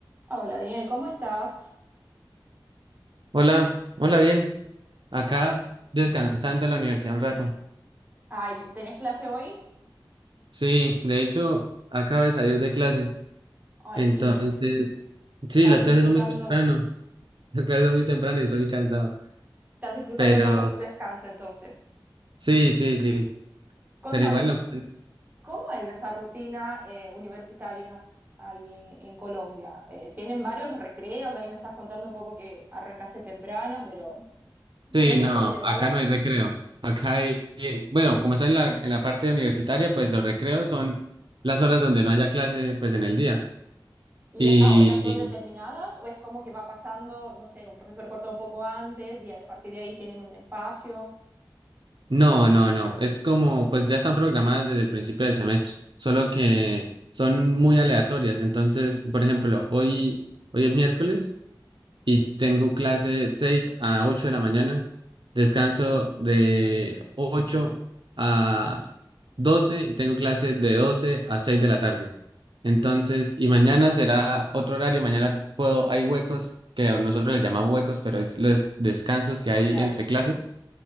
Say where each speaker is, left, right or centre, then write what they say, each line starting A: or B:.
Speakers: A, on the right (about 25°); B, on the right (about 75°).
A: Hola, Daniel, ¿cómo estás?
B: Hola, hola, bien. Acá
A: Ah,
B: descansando en la universidad un rato.
A: Ay, ¿tenés clase hoy?
B: Sí, de hecho, acabo de salir de clase.
A: Ay,
B: Entonces,
A: y
B: sí,
A: estás
B: las
A: disfrutando,
B: clases son muy temprano. <laughs> Las clases son muy temprano y estoy muy cansado.
A: estás disfrutando
B: Pero
A: un poco de tu descanso entonces.
B: sí, sí, sí.
A: Contame,
B: Pero igual no.
A: ¿cómo es esa rutina eh, universitaria ahí en Colombia? Eh, ¿tienen varios recreos? Ahí me estás contando un poco que arrancaste temprano, pero ¿tienen
B: Sí,
A: muchos
B: no,
A: intervalos?
B: acá no hay recreo. Acá hay, eh, bueno, como está en la, en la parte universitaria, pues los recreos son las horas donde no haya clase, pues en el día.
A: ¿Y
B: Y,
A: esas horas son determinadas o es como que va pasando, no sé, un profesor corta un poco antes y a partir de ahí tienen un espacio?
B: No, no, no. Es como, pues ya están programadas desde el principio del semestre, solo que son muy aleatorias. Entonces, por ejemplo, hoy, hoy es miércoles y tengo clase 6 a 8 de la mañana, descanso de ocho a doce y tengo clase de 12 a 6 de la tarde. Entonces, y mañana será otro horario, mañana puedo, hay huecos, que nosotros le llamamos huecos, pero es los descansos que hay
A: Claro.
B: entre clases